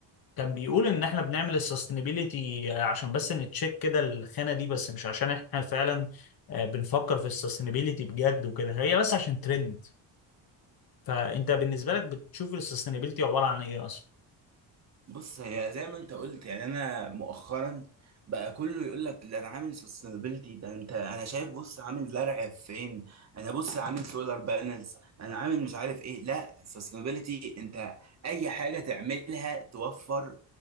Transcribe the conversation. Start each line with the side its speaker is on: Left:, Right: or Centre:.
Left: كان بيقول ان احنا بنعمل السستينابيليتي عشان بس نتشيك كده الخانة دي بس مش عشان احنا فعلا آه، بنفكر في السستينابيليتي بجد وكده هي بس عشان ترند فانت بالنسبة لك بتشوف السستينابيليتي عبارة عن ايه اصلا
Right: بص هي زي ما انت قلت يعني انا مؤخرا بقى كله يقول لك ده انا عامل سستينابيلتي ده انت انا شايف بص عامل زرع فين انا بص عامل سولار بانلز انا عامل مش عارف ايه لا السستينابيلتي انت اي حاجه تعملها توفر